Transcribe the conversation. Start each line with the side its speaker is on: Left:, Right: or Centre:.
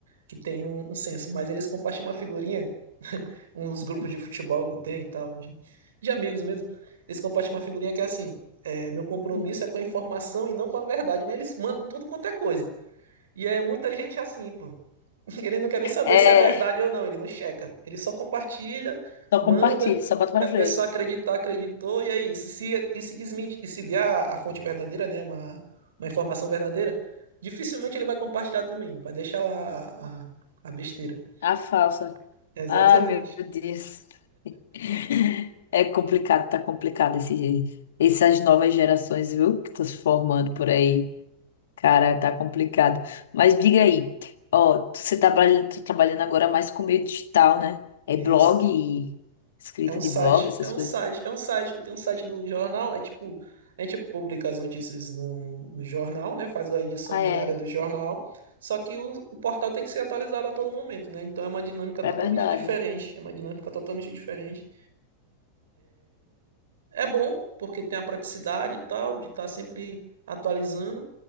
Right: que têm um, um senso, mas eles compartilham uma figurinha, uns grupos
Left: hum.
Right: de futebol que eu tenho e tal, de, de amigos mesmo, eles compartilham uma figurinha que é assim, é, meu compromisso
Left: Hum.
Right: é com a informação e não com a verdade, né? Eles mandam tudo quanto é coisa. E é muita gente assim, pô. <laughs> Ele não quer nem saber
Left: É,
Right: se é verdade ou não, ele não checa. Ele só compartilha,
Left: só
Right: manda,
Left: compartilha, só bota pra
Right: se a
Left: frente.
Right: pessoa acreditar, acreditou, e é isso. Se, e se desmentir, e se vier a, a fonte verdadeira, né, uma, uma informação verdadeira, dificilmente ele vai compartilhar também, vai deixar lá a, a, a besteira.
Left: A falsa.
Right: <laughs> Exatamente.
Left: Ah, meu Deus. <laughs> É complicado, tá complicado esse, essas novas gerações, viu? Que estão se formando por aí. Cara, tá complicado. Mas diga aí, ó, tu- você tá trabalha- tá trabalhando agora mais com meio digital, né? É
Right: Isso.
Left: blog e escrita
Right: É um site,
Left: de blog, essas
Right: é um
Left: coisas.
Right: site, é um site, tem um site do jornal, é tipo, a gente publica as notícias no, no jornal, né? Faz a edição
Left: Ah,
Right: diária
Left: é.
Right: do jornal, só que o, o portal tem que ser atualizado a todo momento, né? Então é uma dinâmica
Left: É
Right: totalmente
Left: verdade.
Right: diferente, é uma dinâmica totalmente diferente. É bom, porque tem a praticidade e tal, de estar sempre atualizando,